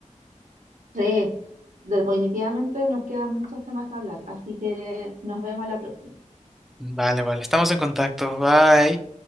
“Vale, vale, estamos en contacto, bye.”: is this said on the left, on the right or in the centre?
Centre